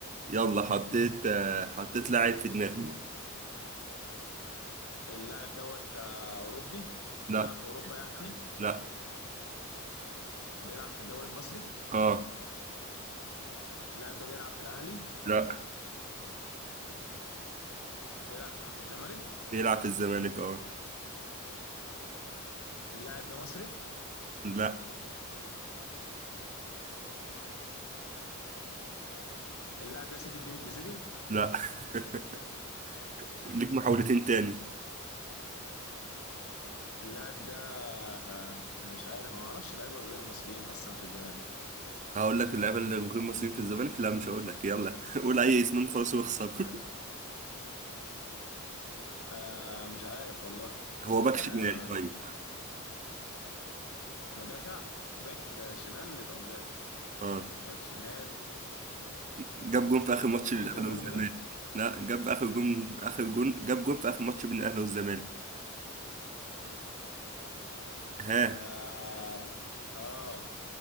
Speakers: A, on the right; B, on the left.
A: يلا حطيت آه، حطيت لاعب في دماغي
B: اللاعب دوت آه، اوروبي
A: لا
B: بيلعب في اوروبا يعني
A: لا
B: بيلعب في الدوري المصري
A: اه
B: اللاعب ده بيلعب في الاهلي
A: لا
B: بيلعب في الزمالك
A: بيلعب في الزمالك اه
B: اللاعب ده مصري
A: لا
B: اللاعب ده سيف الدين الجزيري
A: لا <laughs> ليك محاولتين تاني
B: اللاعب ده آه، مش عارف ما اعرفش لعيبه غير مصريين اصلا في الزمالك
A: هقول لك اللعيبه اللي غير مصريين في الزمالك لا مش هقول لك يلا <laughs> قول اي اسم خلاص واخسر
B: آه مش عارف والله
A: <laughs> هو باك
B: آه
A: شمال طيب
B: مدافع باك شمال يبقى مدافع
A: اه
B: باك شمال
A: جاب جون في اخر ماتش للاهلي
B: مين ده
A: والزمالك
B: دونجا
A: لا جاب اخر جون اخر جون جاب جون في اخر ماتش بين الاهلي والزمالك ها
B: آه, آه